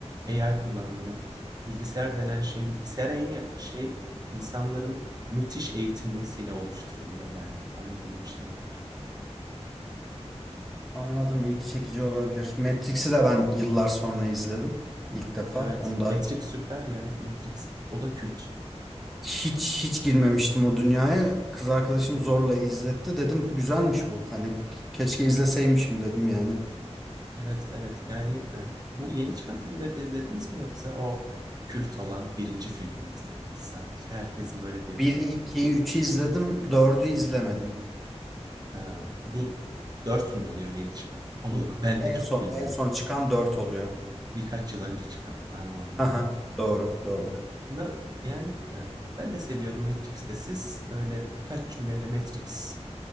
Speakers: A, on the right; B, in the centre.
A: AI kullanımı yok. Bilgisayar denen şey, bilgisayara en yakın şey insanların müthiş eğitilmesiyle oluşturuluyor yani. Onun gibi bir şey daha çok.
B: Anladım, ilgi çekici olabilir. Matrix'i de ben yıllar sonra izledim. İlk defa.
A: Evet.
B: Onu da
A: Matrix süper ya. Matrix. O da kült.
B: Hiç hiç girmemiştim o dünyaya. Kız arkadaşım zorla izletti. Dedim güzelmiş bu. Hani keşke izleseymişim dedim yani.
A: Evet, evet. Yani, eee, bu yeni çıkan filmleri de izlediniz mi yoksa o kült olan birinci filmi mi izlediniz sadece? Herkesin böyle dediği.
B: 1'i, 2'yi, 3'ü izledim. dördü izlemedim.
A: Eee, bu 4 mü oluyor yeni çıkan? Onu <laughs> ben
B: En
A: de çok
B: son
A: bilmiyorum.
B: en son çıkan 4 oluyor.
A: Birkaç yıl önce çıkan. Anladım,
B: Aha,
A: anladım.
B: doğru, doğru.
A: Na yani, eee, ben de seviyorum Matrix'i Siz öyle birkaç cümleyle Matrix